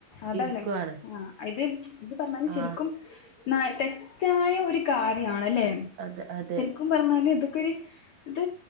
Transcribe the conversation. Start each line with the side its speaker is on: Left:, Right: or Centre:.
Left: അതാണ്
Right: ഇരിക്കുവാണ്
Left: ആഹ് ഇത് ഇത് പറഞ്ഞാല്
Right: ആഹ്
Left: ശരിക്കും ന തെറ്റായ ഒരു കാര്യണ് അല്ലേ
Right: അതെ അതെ
Left: ക്കും പറഞ്ഞാല് ഇതൊക്കെൊരു ഇത്